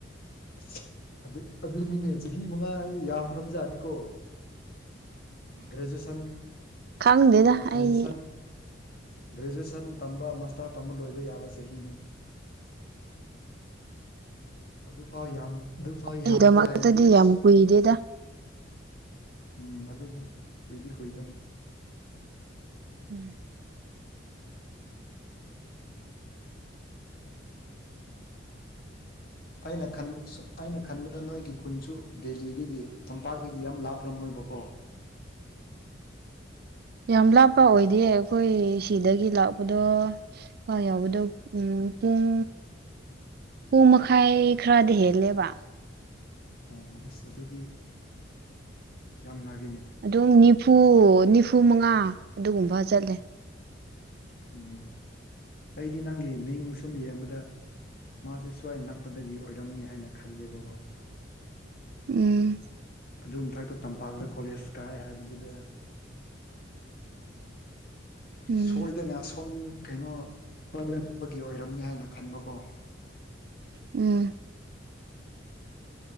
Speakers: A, on the left (about 50°); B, on the right (about 55°).
A: ꯑꯁ ꯑꯗꯨ ꯑꯗꯨꯅꯤꯅꯦ ꯆꯍꯤ ꯃꯉꯥ ꯌꯥꯝꯈ꯭ꯔꯕꯖꯥꯠꯅꯤꯀꯣ ꯒ꯭ꯔꯦꯖꯨꯋꯁꯟ
B: ꯈꯪꯗꯦꯗ ꯑꯩ
A: ꯭ꯔꯦꯖꯨꯌꯦꯁꯟ ꯒ꯭ꯔꯦꯖꯨꯌꯦꯦꯁꯟ ꯇꯝ ꯃꯁꯇꯥ ꯇꯝꯕ ꯂꯣꯏꯕ ꯌꯥꯕ ꯆꯍꯤꯅꯤ ꯑꯗꯨꯐꯥꯎ ꯌꯥꯝ ꯑꯗꯨ ꯐꯥꯎ ꯌꯥꯝꯗ꯭ꯔꯦ
B: ꯑꯩꯒꯤꯗꯃꯛꯇꯗꯤ
A: ꯍꯥꯏꯔꯗꯤ ꯑꯩꯁ
B: ꯌꯥꯝ ꯀꯨꯏꯗꯦꯗ
A: ꯎꯝ ꯑꯗꯨ ꯑꯣꯏꯣꯏꯗꯤ ꯀꯣꯏ ꯇꯅꯤ
B: ꯎꯝ
A: ꯑꯩꯅ ꯈꯟꯕ ꯁ ꯑꯩꯅ ꯈꯟꯕꯗ ꯅꯣꯏꯒꯤ ꯈꯨꯟꯁꯨ ꯕꯦꯂꯤꯗꯒꯤ ꯇꯝꯄꯥꯛꯇ ꯌꯥꯝ ꯂꯥꯞꯔꯝꯃꯣꯏꯕꯀꯣ
B: ꯌꯥꯝ ꯂꯥꯞꯄ ꯑꯣꯏꯗꯦ ꯑꯩꯈꯣꯏ ꯁꯤꯗꯒꯤ ꯂꯥꯛꯄꯗꯣ ꯊ ꯌꯥꯎꯕꯗꯣ ꯎꯝ ꯄꯨꯡ ꯄꯨꯡ ꯃꯈꯥꯏ ꯈꯔꯗꯤ ꯍꯦꯜꯂꯦꯕ
A: ꯑꯣ ꯑꯁ ꯑꯗꯨꯗꯤ ꯌꯥꯝ ꯦ
B: ꯑꯗꯨꯝ ꯅꯤꯐꯨ ꯅꯤꯐꯨ ꯃꯉꯥ ꯑꯗꯨꯒꯨꯝꯕ ꯆꯠꯂꯦ
A: ꯎꯝ ꯑꯩꯗꯤ ꯅꯪꯒꯤ ꯃꯤꯡ ꯁꯨꯝ ꯌꯦꯡꯕꯗ ꯃꯥꯁꯦ ꯁ꯭ꯋꯥꯏ ꯅꯛꯄꯗꯒꯤ ꯑꯣꯏꯔꯝꯅꯤ ꯍꯥꯏꯅ ꯈꯜꯂꯦꯕꯀꯣ
B: ꯎꯝ
A: ꯑꯗꯨ ꯃꯊꯛꯇ ꯇꯝꯄꯥꯛꯇ ꯀꯣꯂꯦꯖ ꯀꯥꯏ ꯍꯥꯏꯕꯗꯨꯗ
B: ꯎꯝ
A: ꯁꯣꯏꯗꯅ ꯑꯁꯣꯝ ꯀꯩꯅꯣ ꯈ꯭ꯏꯔꯝꯕꯒꯤ ꯑꯣꯏꯔꯝꯅꯤ ꯍꯥꯏꯅ ꯈꯟꯕꯀꯣ
B: ꯎꯝ